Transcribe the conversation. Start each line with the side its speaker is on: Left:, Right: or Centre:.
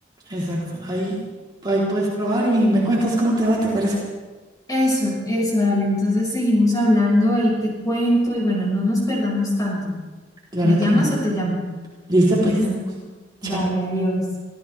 Right: exacto. Ahí, ahí puedes probar y me cuentas cómo te va, ¿te parece?
Left: Eso, eso, dale. Entonces seguimos hablando, ahí te cuento y bueno, no nos perdamos tanto.
Right: Claro
Left: ¿Me llamas
Right: que no.
Left: o te llamo?
Right: Listo, pues.
Left: <laughs>
Right: Chao.
Left: Vale, adiós.